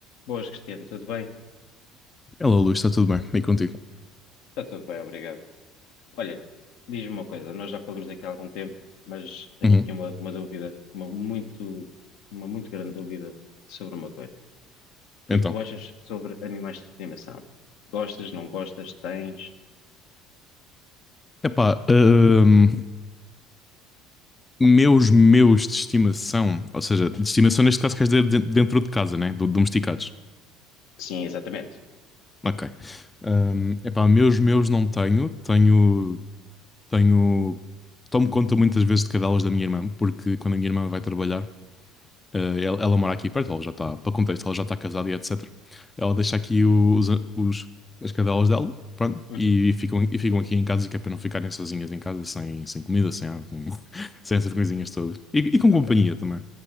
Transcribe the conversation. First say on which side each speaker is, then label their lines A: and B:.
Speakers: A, on the left; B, on the left.
A: Boas, Cristiano, tudo bem?
B: Hello, Luís, está tudo bem? E contigo?
A: Está tudo bem, obrigado. Olha, diz-me uma coisa, nós já falamos aqui há algum tempo, mas tenho
B: Uhum.
A: aqui uma, uma dúvida, uma muito, uma muito grande dúvida sobre uma coisa. O que
B: Então,
A: é que tu achas sobre animais de estimação? Gostas, não gostas, tens?
B: epá, hum, meus, meus de estimação, ou seja, de
A: Uhum.
B: estimação neste caso queres dizer de- dentro de casa, né? Do- Domesticados.
A: Sim, exatamente.
B: Ok. Hum, epá, meus, meus não tenho, tenho, tenho, tomo conta muitas vezes de cadelas da minha irmã, porque quando a minha irmã vai trabalhar, Eh, ela, ela mora aqui perto, ela já está, para contexto, ela já está casada e etc. Ela deixa aqui os, os- as cadelas dela, pronto,
A: Uhum.
B: e, ficam, e ficam aqui em casa, que é para não ficarem sozinhas em casa, sem, sem comida, sem água, com- <laughs> sem essas coisinhas todas. E, e com
A: Ok,
B: companhia também.